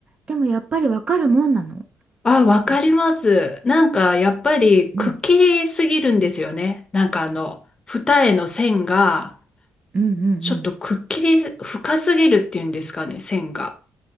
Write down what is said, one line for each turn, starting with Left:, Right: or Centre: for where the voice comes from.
Right: でもやっぱりわかるもんなの。
Left: あ、わかります。
Right: なんか
Left: なんかやっぱりくっきりすぎるんですよね。
Right: うん
Left: なんかあの二重の線が
Right: うんうんうん。
Left: ちょっとくっきり深すぎるっていうんですかね、線が。